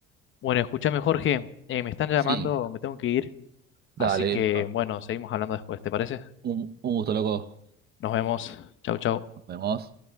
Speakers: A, on the left; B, on the right.
A: Bueno, escúchame, Jorge, eh, me están llamando,
B: Sí,
A: me tengo que ir,
B: dale,
A: así que
B: ja,
A: bueno, seguimos hablando después, ¿te parece?
B: un, un gusto loco,
A: Nos vemos. Chau, chau.
B: nos vemos.